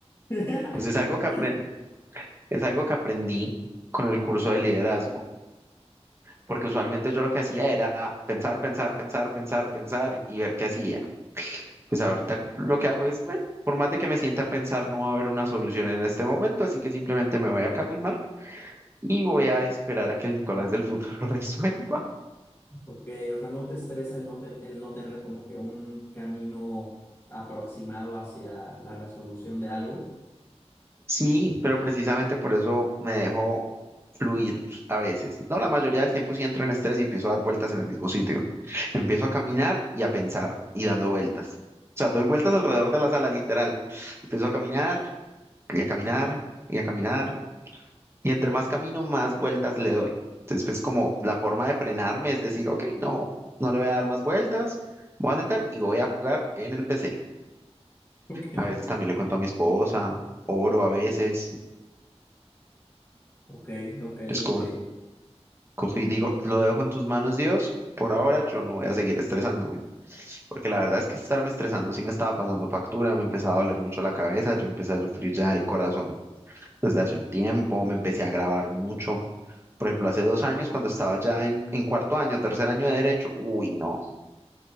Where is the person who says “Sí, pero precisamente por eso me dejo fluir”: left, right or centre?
Right